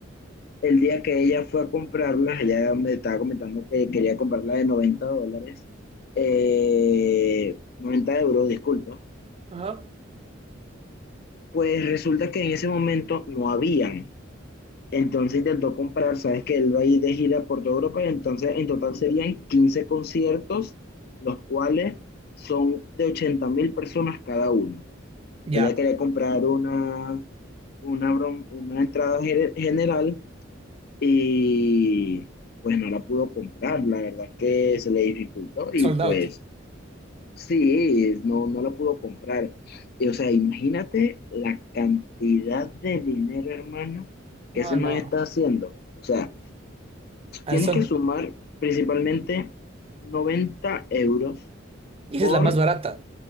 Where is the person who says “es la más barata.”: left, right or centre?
Right